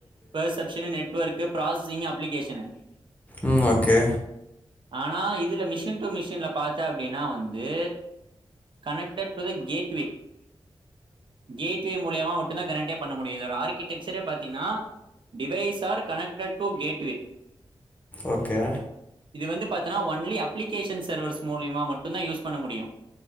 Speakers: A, on the right; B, on the left.
A: பெர்சப்ஷனு நெட்வொர்க்கு ப்ராசஸிங் அப்ளிகேஷனு
B: ம் ஓகே
A: ஆனா இதுல மிஷின் டு மிஷின்ல பாத்த அப்டின்னா வந்து connected to the gateway gateway மூலியமா மட்டு தா கனட்டே பண்ண முடியு இதோட ஆர்கிடெக்சரே பாத்தீங்னா device are connected to gateway
B: okay
A: இது வந்து பாத்தன்னா ஒன்லி அப்ளிகேஷன் சர்வர்ஸ் மூலியமா மட்டுந்தா யூஸ் பண்ண முடியு